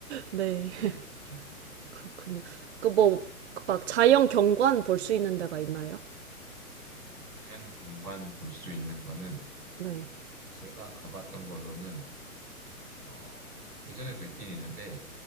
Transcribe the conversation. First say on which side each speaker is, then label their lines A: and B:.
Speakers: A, on the right; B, on the right.
A: 네.
B: 제일
A: 네.
B: 좋죠.
A: 그렇군요. 그뭐 그 막
B: 네.
A: 자연 경관 볼 수 있는 데가 있나요?
B: 자연 경관 볼 수 있는 거는
A: 네.
B: 제가 가봤던 걸로는 어, 대전에도 있긴 있는데